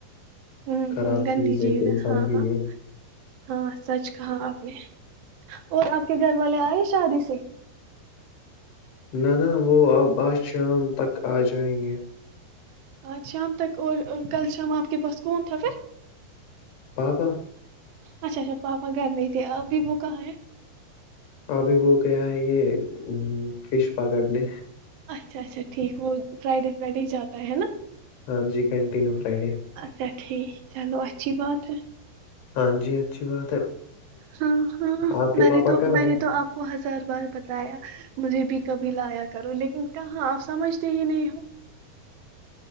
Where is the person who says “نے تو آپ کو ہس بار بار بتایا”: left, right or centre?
Right